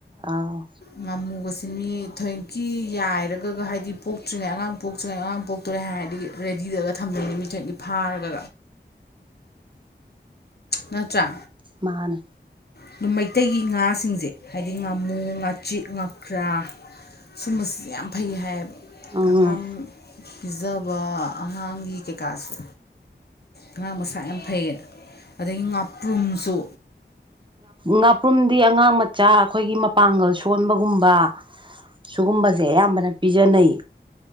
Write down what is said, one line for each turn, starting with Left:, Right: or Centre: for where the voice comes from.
Right: ꯑꯥꯎ
Left: ꯉꯥꯃꯨꯒꯁꯦ ꯃꯤ ꯊꯣꯏꯀꯤ ꯌꯥꯏꯔꯒꯒ ꯍꯥꯏꯗꯤ ꯄꯣꯛꯇ꯭ꯔꯤꯉꯩ ꯑꯉꯥꯡ ꯄꯣꯛꯇ꯭ꯔꯤꯉꯩ ꯑꯉꯥꯡ ꯄꯣꯛ ꯇꯣꯔꯦ ꯍꯥꯏꯔꯗꯤ ꯔꯦꯗꯤꯗꯒ ꯊꯝꯃꯤꯅꯤ ꯃꯤꯊꯣꯢꯒꯤ ꯐꯥꯔꯒ ꯅꯠꯇ꯭ꯔꯥ
Right: ꯃꯥꯅꯦ
Left: ꯑꯗꯨ ꯃꯩꯇꯩꯒꯤ ꯉꯥꯁꯤꯡꯁꯦ ꯍꯥꯏꯗꯤ ꯉꯥꯃꯨ ꯉꯥꯆꯤꯛ ꯉꯥꯀ꯭ꯔꯥ ꯁꯨꯝꯕꯁꯤ ꯌꯥꯝ ꯐꯩ ꯍꯥꯏꯌꯦꯕ
Right: ꯎꯝ
Left: ꯑꯉꯥꯡ ꯄꯤꯖꯕ ꯑꯉꯥꯡꯒꯤ ꯀꯩꯀꯥꯁꯨ ꯑꯉꯥꯡ ꯃꯁꯥ ꯌꯥꯝ ꯐꯩꯌꯦꯅ ꯑꯗꯩ ꯉꯥꯄ꯭ꯔꯨꯝꯁꯨ
Right: ꯉꯥꯄ꯭ꯔꯨꯝꯗꯤ ꯑꯉꯥꯡ ꯃꯆꯥ ꯑꯩꯈꯣꯏꯒꯤ ꯃꯄꯥꯡꯒꯜ ꯁꯣꯟꯕꯒꯨꯝꯕ ꯁꯤꯨꯒꯨꯝꯕꯁꯦ ꯑꯌꯥꯝꯕꯅ ꯄꯤꯖꯅꯩ